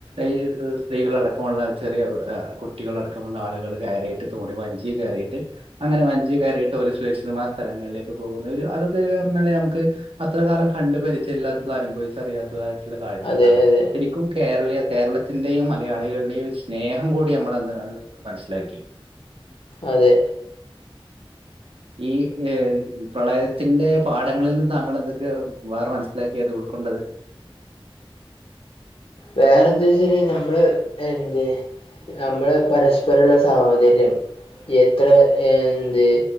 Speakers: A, on the right (about 75°); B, on the left (about 75°).
A: ഈ സ്ത്രീകളടക്കമുള്ള ചെറിയ കുട്ടികളടക്കമുള്ള ആളുകൾ കയറിയിട്ട് തോണി വഞ്ചി കയറിയിട്ട് അങ്ങനെ വഞ്ചി കയറിയിട്ട് ഓല് സുരക്ഷിതമായ സ്ഥലങ്ങളിലേക്ക് പോകുന്ന ഒരു അതൊക്കെ പറഞ്ഞാല് നമുക്ക് അത്ര കാലം കണ്ട് പരിചയല്ലാത്തത് അനുഭവിച്ച് അറിയാത്തതായിട്ടുള്ള കാഴ്ചകളാണ്
B: അതെ അതെ
A: ശരിക്കും കേരളീയ കേരളത്തിന്റെയും മലയാളികളുടെയും സ്നേഹം കൂടി നമ്മളന്ന് മനസ്സിലാക്കി.
B: അതെ
A: ഈ പ്രളയത്തിന്റെ പാഠങ്ങളിൽ നിന്ന് താങ്കൾ എന്തൊക്കെ വേറെ മനസ്സിലാക്കിയത് ഉൾക്കൊണ്ടത്?
B: വേറെന്താ വെച്ചാല് നമ്മള് എന്ത് നമ്മള് പരസ്പരമുള്ള സാഹോദര്യം എത്ര എന്ത്